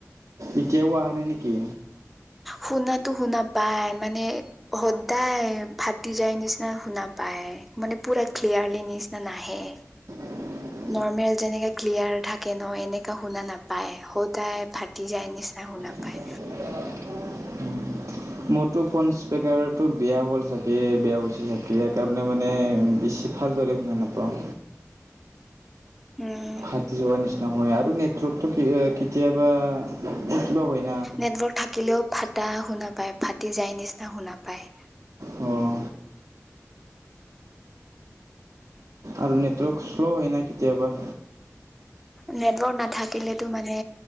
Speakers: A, on the right; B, in the centre.
A: এতিয়াও অহা নাই নেকি?
B: শুনাতো শুনা পায় মানে সদায় ফাটি যায় নিচিনা শুনা পায়। মানে পুৰা ক্লিয়াৰলি নিচিনা নাহে।
A: <inaudible>
B: নৰ্মেল যেনেকে ক্লিয়াৰ থাকে ন এনেকা শুনা নাপায় সদায় ফাটি যায় নিচিনা শুনা
A: <unintelligible>
B: পায়
A: <inaudible> মোৰতো ফোন স্পেকাৰটো বেয়া হ'ল চাগে বেয়া হৈছে চাকে ইয়াৰ কাৰণে মানে বেছি ভালদৰে শুনা নাপাওঁ।
B: উম
A: কাটি যোৱাৰ নিচিনা হয় আৰু নেটৱৰ্কটো কেতিয়াবা কিবা হয় না
B: নেটৱৰ্ক থাকিলেও ফটা শুনা পায় ফাটি যায় নিচিনা শুনা পায়।
A: অঁ আৰু নেটৱৰ্ক শ্ল' হয় নাই কেতিয়াবা।
B: নেটৱৰ্ক নাথাকিলেতো মানে